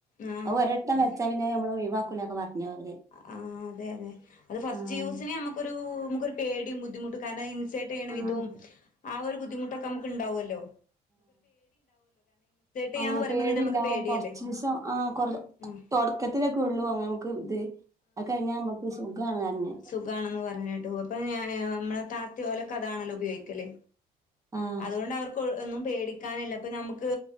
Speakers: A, on the left (about 50°); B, on the right (about 20°).
A: ആഹ്
B: അത് ഒരട്ടം
A: അതെ
B: വെച്ചാ പിന്നെ നമ്മൾ ഒഴിവാക്കൂലാക്കെ പർഞ്ഞു അവര്
A: ആഹ് അതെ അതെ അത് ഫസ്റ്റ്
B: ആഹ്
A: യൂസിന് നമുക്കൊരൂ നമുക്കൊരു പേടിയും ബുദ്ധിമുട്ടും കാരണം <unintelligible> യിട്ട ചെയ്യ്ണ
B: ആഹ്
A: വിധവും ആ ഒരു ബുദ്ധിമുട്ടൊക്കെ നമുക്ക് ഉണ്ടാവല്ലോ ചെയ്യാന്ന്
B: ആഹ്
A: പറയുമ്പോ
B: പേടി
A: തന്നെ നമുക്ക്
B: ഉണ്ടാവും
A: പേടിയല്ലേ
B: കൊറച്ച്ദിവസം ആ കൊറ
A: ആഹ്
B: തുടക്കത്തി ത്തിലൊക്കെ ഉള്ളു നമുക്ക് ഇത് അത് കഴിഞ്ഞാൽ നമുക്ക് സുഖാണ് പർഞ്ഞ്
A: സുഖമാണെന്ന് പർഞ്ഞിട്ടു അപ്പൊ ഞാന് നമ്മളെ താത്തി ഓലെക്കെ അതാണല്ലോ ഉപയോഗിക്കല്
B: ആഹ്
A: അതുകൊണ്ട് അവർക്ക് ഒന്നും പേടിക്കാനില്ല ഇപ്പ നമുക്ക്